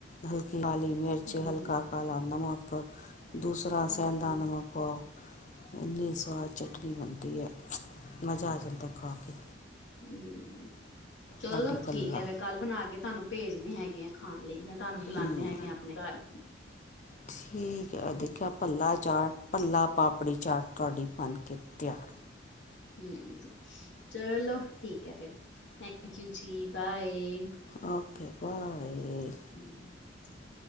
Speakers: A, on the left; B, on the left.
A: ਹਲਕੀ ਕਾਲੀ ਮਿਰਚ,
B: ਹੂੰ
A: ਹਲਕਾ ਕਾਲਾ ਨਮਕ, ਦੂਸਰਾ
B: ਹੂੰ
A: ਸੈਂਧਾ ਨਮਕ ਪਾਓ। ਇੰਨੀ ਸਵਾਦ ਚਟਨੀ ਬਣਦੀ ਹੈ, ਮਜ਼ਾ ਆ ਜਾਂਦਾ ਖਾ ਕੇ।
B: ਹੂੰ, ਚਲੋ
A: ਸਾਡੀ ਪੱਲਾ
B: ਠੀਕ ਹੈ ਫੇਰ ਕੱਲ ਬਣਾ ਕੇ ਤੁਹਾਨੂੰ ਭੇਜਦੇ ਹੈਗੇ ਆ, ਖਾਣ ਲਈ ਜਾ। ਤੁਹਾਨੂੰ ਬੁਲਾਉਂਦੇ
A: ਹਮ
B: ਹੈਗੇ ਆ ਆਪਣੇ ਘਰ,
A: ਠੀਕ ਹੈ
B: ਹੂੰ
A: ਦੇਖਿਆ ਭੱਲਾ ਚਾਟ ਭੱਲਾ- ਪਾਪੜੀ- ਚਾਟ, ਤੁਹਾਡੀ ਬਣ ਕੇ ਤਿਆਰ।
B: ਹੂੰ, ਚਲੋ ਠੀਕ ਹੈ ਫੇਰ। ਓਕੇ ਜੀ, ਬਾਏ।
A: Okay, bye.
B: ਹਮ <inaudible>